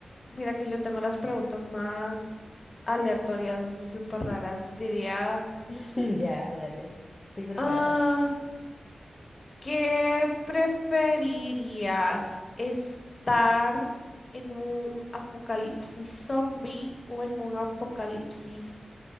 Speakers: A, on the left; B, on the left.
A: mira que yo tengo las preguntas más aleatorias, así súper raras. Diría,
B: <laughs> Ya, dale. Estoy preparada.
A: ah, ¿qué preferirías? ¿Estar en un apocalipsis zombie o en un apocalipsis